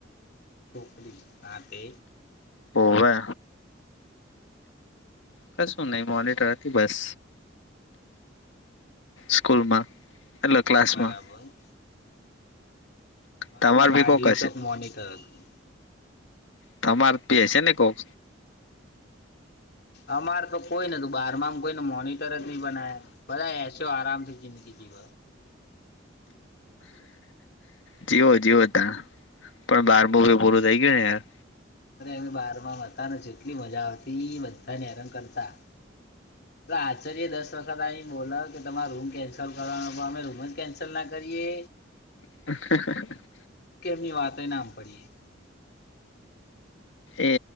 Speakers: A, on the left; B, on the left.
A: છોકરી આતે
B: હોવે. કશું નહી‌ મોનીટર હતી બસ સ્કૂલમાં. એટલે ક્લાસમાં
A: બરાબર. મારે
B: તમાર
A: તું ફાયર
B: ભી કોક
A: ડીયુ
B: હશે
A: ચોક મોનિટર હતું
B: તમાર પેશે હેને કોક
A: અમાર તો કોઈ ન તું બાર માંમ કોઈને મોનિટર જ નહી બનાયાન આરામથી જીંદગી જીવ
B: જીવો જીવો તાણ પણ બારમુંભી પૂરું થઈ ગયું ને યાર
A: અરે અમે બાર માં હતા જેટલી મજા આવતી બધાને હેરાન કરતા આચાર્ય દસ વખત આઇ બોલાવ કે તમારે રૂમ કેન્સલ કરવાનો અમે રૂમ જ કૅન્સલ ના કરીએ
B: હ
A: કેમની વાત ના પડીએ <inaudible>
B: એ